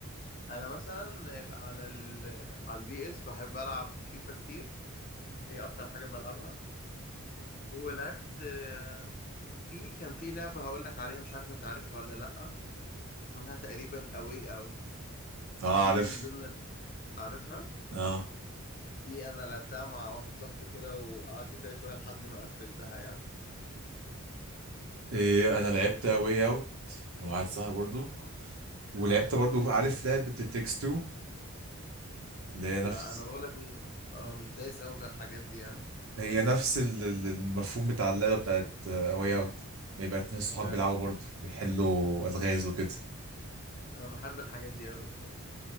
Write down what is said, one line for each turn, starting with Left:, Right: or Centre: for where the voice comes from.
Left: انا مثلا على ال... على البي اس بحب العب فيفا كتير هي اكتر حاجة بلعبها ولعبت آه، في كان في لعبة هقول لك عليها مش عارف انت عارفها ولا لأ اسمها تقريبا اواي اوت
Right: اه
Left: دي
Right: عارف
Left: من ضمن عارفها
Right: اه
Left: دي انا لعبتها مع واحد صاحبي كده وقعدت فيها شوية لحد ما قفلتها يعني
Right: إيه انا لعبت واي اوت وواحد صاحبي برضو ولعبت
Left: حلو
Right: برضو عارف لعبه التكست 2 اللي هي
Left: لا
Right: نفس
Left: انا بقول لك مش اه مش دايس قوي في الحاجات دي يعني
Right: هي نفس ال- ال- المفهوم بتاع اللعبة بتاعت أواي أوت بيبقى اتنين صحاب
Left: حلو
Right: بيلعبوا برضه بيحلوا ألغاز وكده
Left: انا بحب الحاجات دي قوي بصراحة